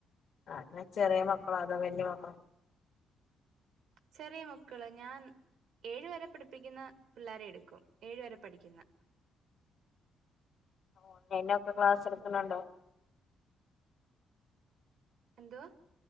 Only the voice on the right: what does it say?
ചെറിയ മക്കള് ഞാൻ ഏഴ് വരെ പഠിപ്പിക്കുന്ന പിള്ളേരെ എടുക്കും ഏഴ് വരെ പഠിക്കുന്ന
എന്തുവാ